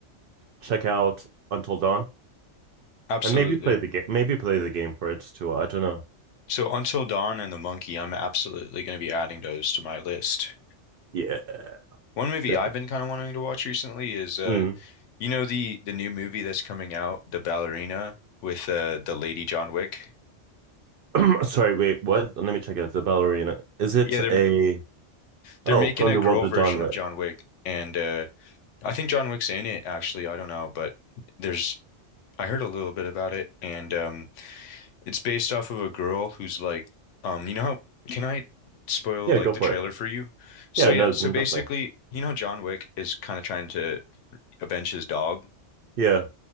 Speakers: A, on the right (about 60°); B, on the left (about 80°).
A: check out Until Dawn
B: Absolutely.
A: and maybe play the game. Maybe play the game for it too. I don't know.
B: So Until Dawn and The Monkey, I'm absolutely going to be adding those to my list.
A: Yeah,
B: One movie
A: definitely.
B: I've been kind of wanting to watch recently is uh
A: Mm.
B: you know the the new movie that's coming out, The Ballerina with uh the lady John Wick.
A: <clears throat> Sorry, wait, what? Let me check it. the ballerina. Is it
B: Yeah, they're
A: a
B: they're
A: oh
B: making
A: from
B: a
A: the
B: girl
A: world of
B: version
A: John Wick?
B: of John Wick and uh I think John Wick's in it actually, I don't know, but there's I heard a little bit about it, and um, it's based off of a girl who's like, um, you know how, can I spoil
A: Yeah,
B: like
A: go
B: the
A: for
B: trailer
A: it.
B: for you? So
A: Yeah,
B: yeah,
A: no,
B: so
A: definitely.
B: basically, you know, how John Wick is kind of trying to avenge his dog.
A: Yeah,